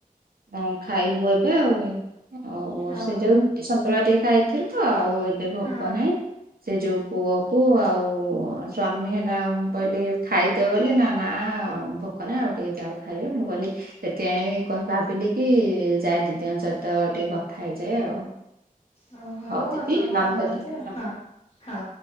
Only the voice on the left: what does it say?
ଓହୋ
ହଁ
ଓ, ହେଉ
ଆପଣ କଣ
କରନ୍ତି
ଆଉ? ହଁ ହଁ।